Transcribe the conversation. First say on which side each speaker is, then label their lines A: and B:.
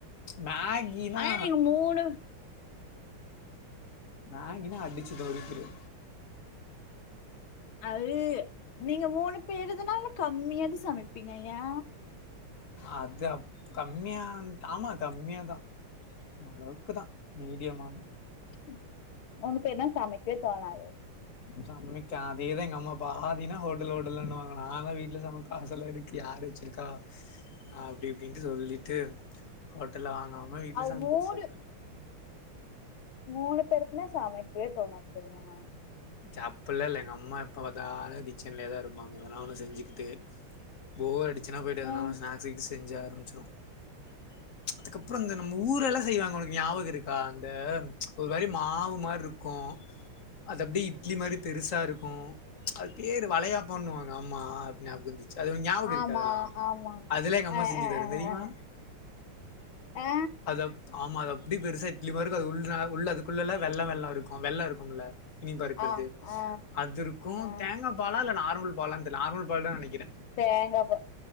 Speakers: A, on the left (about 40°); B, on the left (about 70°).
A: மகினா
B: ஆனா நீங்க மூணு
A: மகினா அடிச்சு நொறிக்கிருவே
B: அது நீங்க மூணு பேருதுனால கம்மியாதா சமைப்பீங்க யா
A: அது அப் கம்மியா ஆமா கம்மியாதா அளவுக்குதா மீடியமாலா
B: ம் மூணு பேர்னா சமைக்கவே தோணாது
A: சம்மைக்க அதேதா எங்க அம்மா அப்பா ஆதினா ஹோட்டல் ஓட்டல்லுனுவாங்க நான தா வீட்டுல சமப்பா காசல இருக்கு யார் வச்சிருக்கா அப்படி அப்படின்ட்டு சொல்லிட்டு ஹோட்டல்ல வாங் நாம வீட்டுல
B: அது
A: சமைப்பிச்சு
B: மூணு
A: <inaudible>
B: மூணு பேருக்குனா சமைக்கவே தோணாது தெர்மா
A: ச்ச அப்பல்லா இல்ல எங்க அம்மா எப்ப பாத்தாலு கிச்சன்லயேதா இருப்பாங்க எதனா ஒண்ணு செஞ்சுக்கிட்டு போர் அடிச் <unintelligible> போய்டு எதனானு
B: ம்
A: ஸ்னாக்ஸ்ஷீசு செஞ்சா <unintelligible> அதுக்கப்புறோ இந்த நம்ம ஊர எல்லா செய்வாங்க உளுக் ஞாபகம் இருக்கா அந்த ஒரு மாரி மாவு மாரி இருக்கு அ அது அப்டி இட்லி மாரி பெருசா இருக்கு அது பேர் வளையா பண்ணுவாங்க ஆமா அப்படி ஞாபக இருந்துச் ச்ச அது ஞாபக இருக்கு
B: ஆமா
A: அதெல்லா
B: ஆமா
A: அதுல கம்மா
B: ஆ
A: செஞ்சு
B: ஆ
A: தரும்
B: ஆ
A: தெரியுமா
B: ஆ
A: அத ஆமா அத அப்படி பெருசா இட்லி மாரி இருக்கு அது உள்ள உள்ள அதுக்குள்ள வெள்ள வெள்ள இருக்கு வெள்ளம் இருக்கும்ல இனிப்பா இருக்கிறது
B: ஆ ஆ
A: அது இருக்கு
B: ஆ
A: தேங்கா பாலா இல்ல நார் நார்மல் பால தெர்ல நார்மல் பால் தா நைக்கிற
B: தேங்கப்பா